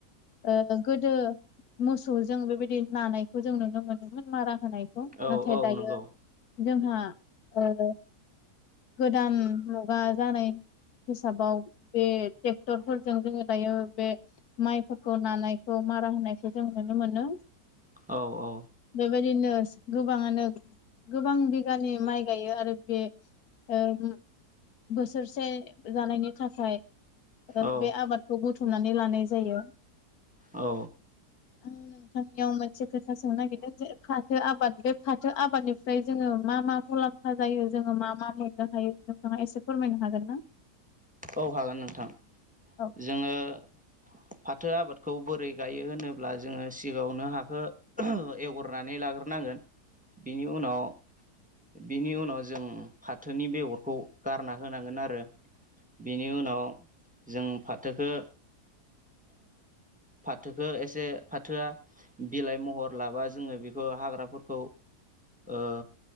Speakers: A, on the left (about 70°); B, in the centre.
A: ओ गोदो मोसौजों बेबायदि नानायखौ जों नुनो मोनोमोन मारा होनायखौ
B: औ
A: नाथाय
B: औ
A: दायो
B: नंगौ
A: जोंहा ओ गोदान मुगा जानाय हिसाबाव बे ट्रेक्टरफोरजों जोङो दायो बे माइफोरखौ नानाय खौ मारा होनायखौ जों नुनो मोनो।
B: औ औ
A: बेबायदिनो गोबाङानो गोबां बिगानि माइ गायो आरो बे ओ बोसोरसे जानायनि थाखाय
B: औ
A: बे आबादखौ बुथुमनानै लानाय जायो।
B: औ।
A: आं नोंथांनियाव मोनसे खोथा सोंनो नागिरदों जे फाथो आबाद बे फाथो आबादनिफ्राय जोङो मा मा मुलाम म्फा जायो जोङो मा मा मोननो हायो नोंथाङा एसे फोरमायनो हागोन ना?
B: औ हागोन नोंथां।
A: औ
B: जोङो फा फाथो आबादखौ बोरै गायो होनोब्ला जोङो सिगाङावनो हाखौ एवग्रोनानै लाग्रोनांगोन।
A: <inaudible>
B: बिनि उनाव बेनि उनाव जों फाथोनि बेगरखौ गारना होनांगोन आरो। बेनि उनाव जों फाथोखो फाथोखौ एसे फाथोआ बिलाइ महर लाबा जोङो बेखौ हाग्राफोरखौ ओ